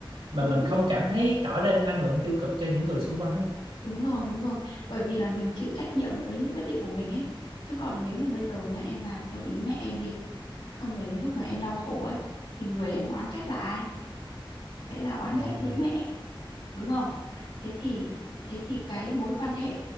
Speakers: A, on the right; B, on the left.
A: mà
B: đúng
A: mình không cảm thấy tỏ ra năng lượng tiêu cực cho những người xung quanh ấy
B: đúng rồi đúng rồi bởi vì là mình chịu trách nhiệm với những quyết định của mình ấy chứ còn nếu như bây giờ nha em làm theo ý mẹ em đi xong rồi đến lúc mà em đau khổ ấy thì người em oán trách là ai sẽ là oán
A: là
B: trách
A: ba mẹ
B: bố mẹ đúng không thế thì thế thì cái mối quan hệ